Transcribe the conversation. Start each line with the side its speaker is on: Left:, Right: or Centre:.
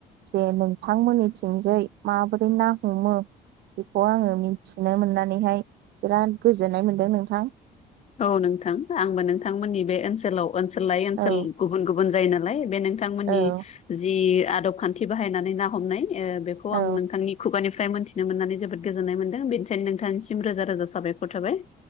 Right: जे नोंथांमोननिथिंजै माबोरै ना हमो बेखौ आङो मिथिनो मोननानैहाय बिराद गोजोननाय मोनदों नोंथां।
Left: औ नोंथां आंबो नोंथांमोननि बे ओनसोलाव ओनसोल लायै ओनसोल
Right: औ
Left: गुबुन गुबुन जायो नालाय बे नोंथांमोननि
Right: औ
Left: जि आदब खान्थि बाहायनानै ना हमनाय ए बेखौ
Right: औ
Left: आं नोंथांनि खुगानि फ्राय मोनन्थिनो मोननानै जोबोद गोजोननाय मोनदों बेनिखायनो नोंथांनिसिम रोजा रोजा साबायखर थाबाय।